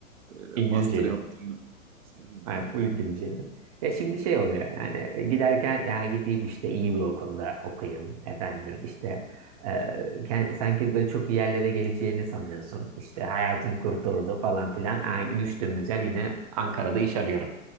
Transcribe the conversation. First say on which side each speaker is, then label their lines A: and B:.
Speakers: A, on the right; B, on the right.
A: e,
B: İngilizceyle.
A: master yaptığında? Hmm.
B: Yani full İngilizceydi. Ya şimdi şey oluyor yani e, giderken ya gideyim işte iyi bir okulda okuyayım efendim işte e, kend- sanki böyle çok iyi yerlere geleceğini sanıyorsun. İşte hayatım kurtuldu falan filan. Ha, düştüğümüz yer yine Ankara'da iş arıyorum.